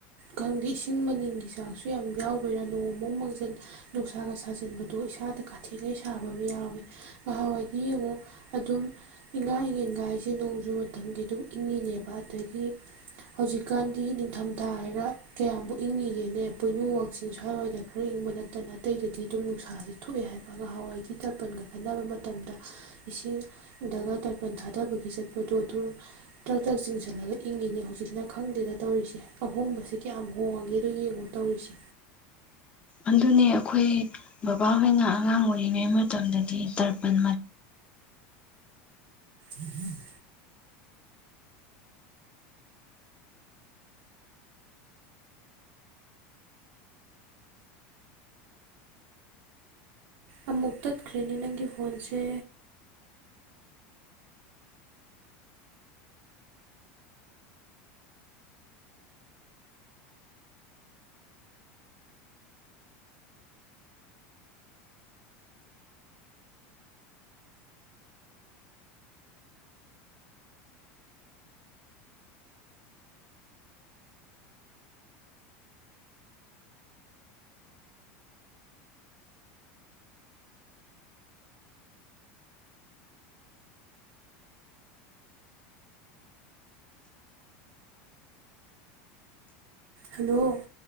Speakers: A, on the right (about 60°); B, on the left (about 20°).
A: ꯈꯪꯗꯦ ꯏꯁꯤꯡ ꯃꯅꯤꯟꯒꯤ ꯆꯥꯡꯁꯨ ꯌꯥꯝ ꯌꯥꯎꯕꯩꯔꯥ ꯅꯣꯡ ꯑꯃꯨꯛ ꯃꯪꯖꯟ ꯅꯨꯡꯁꯥꯒ ꯁꯥꯖꯟꯕꯗꯣ ꯏꯁꯥꯗ ꯀꯥꯊꯦꯛꯉꯩ ꯁꯥꯕ ꯑꯃ ꯌꯥꯎꯏ ꯉꯍꯥꯋꯥꯏ ꯗꯤ ꯌꯦꯡꯉꯨ ꯑꯗꯨꯝ ꯏꯉꯥ ꯏꯪꯉꯦꯟꯒꯁꯦ ꯅꯣꯡꯖꯨ ꯃꯇꯝꯒꯤ ꯑꯗꯨꯝ ꯏꯪꯉꯤꯅꯦꯕ ꯑꯗꯒꯤ ꯍꯧꯖꯤꯛꯀꯥꯟꯗꯤ ꯅꯤꯡꯊꯝꯊꯥ ꯍꯥꯏꯔ ꯀꯌꯥꯃꯨꯛ ꯏꯪꯉꯤꯒꯦꯅꯦ ꯄꯣꯏꯅꯨ ꯋꯥꯛꯁꯤꯡ ꯁ꯭ꯋꯥꯏꯋꯥꯏꯗꯅ꯫ ꯔ ꯏꯪꯕ ꯅꯠꯇꯅ ꯑꯇꯩꯗꯗꯤ ꯑꯗꯨꯝ ꯅꯨꯡꯁꯥꯁꯦ ꯊꯣꯛꯑꯦ ꯍꯥꯏꯕ ꯅꯍꯥꯟꯋꯥꯏꯗꯤ ꯇꯔꯄꯟꯒ ꯀꯠꯅꯕ ꯃꯇꯝꯗ꯫ ꯏꯁꯤꯡꯗꯒ ꯇꯔꯄꯟ ꯊꯥꯗꯕꯒꯤ ꯆꯠꯄꯗꯣ ꯑꯗꯨꯝ꯫ ꯇ꯭ꯔꯛ ꯇ꯭ꯔꯛ ꯆꯤꯡꯁꯤꯜꯂꯒ ꯏꯪꯉꯤꯅꯦ ꯍꯧꯖꯤꯛꯅ ꯈꯪꯗꯦꯗ ꯇꯧꯔꯤꯁꯦ ꯑꯍꯣꯡꯕꯁꯦ ꯀꯌꯥꯝ ꯍꯣꯡꯉꯒꯦꯗꯣ ꯌꯦꯡꯉꯨꯅ꯫ ꯇꯧꯔꯤꯁꯦ꯫
B: ꯑꯗꯨꯅꯤ ꯑꯩꯈꯣꯏ ꯕꯕꯥꯍꯣꯏꯅ ꯑꯉꯥꯡ ꯑꯣꯏꯔꯤꯉꯩ ꯃꯇꯝꯗꯗꯤ ꯇꯔꯄꯜ
A: ꯎꯝꯝ <inaudible> ꯑꯃꯨꯛ ꯇꯠꯈ꯭ꯔꯦꯅꯦ ꯅꯪꯒꯤ ꯐꯣꯟꯁꯦ ꯍꯜꯂꯣ